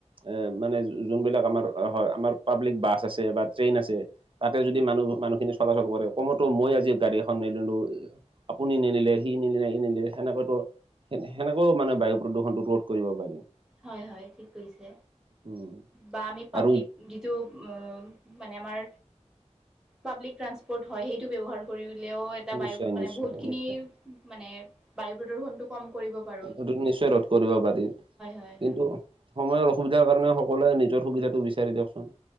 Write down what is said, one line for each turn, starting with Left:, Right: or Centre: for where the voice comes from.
Right: এ মানে যোনবিলাক আমাৰ হয়, আমাৰ পাব্লিক বাছ আছে বা ট্ৰেইন আছে তাতে যদি মানুহ মানুহখিনি চলাচল কৰে, কমতো মই আজি গাড়ী এখন নিদিলো আপুনি নিনিলে, সি ননিলে, সি নিদিলে সেনেকাতো সে সেনেকাওঁ মানে বায়ু প্ৰদূষণটো ৰোধ কৰিব পাৰিম।
Centre: হয় হয় ঠিক কৈছে
Right: উম
Centre: বা আমি পাব্লিক
Right: আৰু
Centre: যিটো আ মানে আমাৰ পাব্লিক ট্ৰানচপৰ্ট হয়, সেইটো ব্যৱহাৰ কৰিলেওঁ এটা
Right: নিশ্চয়
Centre: বায়ু মানে
Right: নিশ্চয়
Centre: বহুতখিনি
Right: নিশ্চয়
Centre: মানে বায়ু প্ৰদূৰণটো কম কৰিব পাৰি।
Right: অ সেইটো নিশ্চয় ৰোধ কৰিব পাৰি।
Centre: হয়
Right: কিন্তু
Centre: হয়
Right: সময়ৰ অসুবিধাৰ কাৰণে সকলোৱে নিজৰ সুবিধাটো বিচাৰি দিয়কচোন।